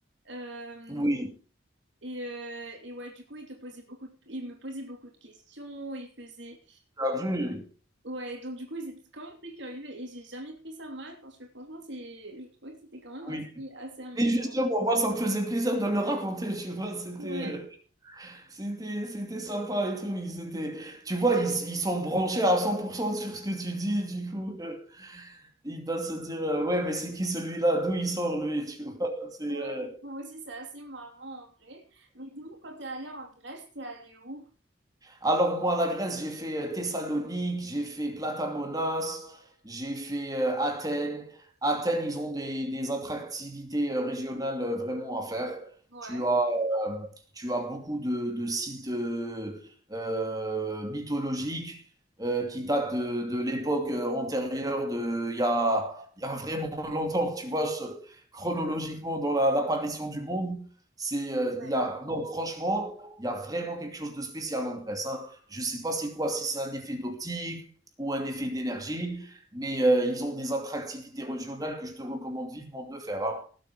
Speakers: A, on the right; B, on the right.
A: Euh,
B: oui,
A: et, euh, et ouais, du coup, ils te posaient beaucoup de- ils me posaient beaucoup de questions, ils faisaient.
B: t'as vu,
A: Ouais, donc du coup, ils étaient quand même très curieux et j'ai jamais pris ça mal parce que franchement, c'est, je trouvais que c'était quand même assez,
B: oui.
A: assez amusant.
B: Et justement, moi, ça me faisait plaisir de le raconter, tu vois, c'était,
A: Ouais,
B: euh, c'était, c'était sympa et tout. Ils étaient, tu vois, ils, ils sont branchés à 100% sur ce que tu dis, du coup. il doit se dire euh, ouais mais c'est qui celui-là d'où il sort lui tu vois c'est
A: ouais,
B: euh,
A: moi aussi, c'est assez marrant en vrai. Mais dis-moi, quand t'es allé en Grèce, t'es allé où?
B: Alors moi, la Grèce, j'ai fait euh, Thessalonique, j'ai fait Platamonas, j'ai fait euh, Athènes. Athènes, ils ont des, des attractivités euh, régionales euh, vraiment à faire.
A: Ouais,
B: Tu as, euh, tu as beaucoup de, de sites euh, euh, mythologiques euh, qui datent de, de l'époque euh, antérieure, de, il y a, il y a vraiment <laughs> longtemps, tu vois, je- chronologiquement dans la- l'apparition du monde. C'est, euh,
A: ouais.
B: il y a, non, franchement, il y a vraiment quelque chose de spécial en Grèce. hein. Je ne sais pas c'est quoi, si c'est un effet d'optique ou un effet d'énergie, mais euh, ils ont des attractivités régionales que je te recommande vivement de faire. hein.